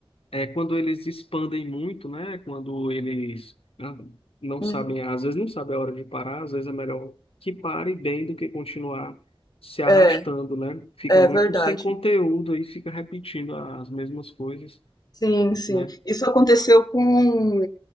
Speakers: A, on the left; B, on the left.
A: É quando eles expandem muito, né? Quando eles ah, não
B: Uhum.
A: sabem, às vezes não sabem a hora de parar, às vezes é melhor que pare bem do que continuar se arrastando,
B: É,
A: né? Fica
B: é
A: muito
B: verdade.
A: sem conteúdo e fica repetindo as mesmas coisas,
B: Sim, sim.
A: né?
B: Isso aconteceu com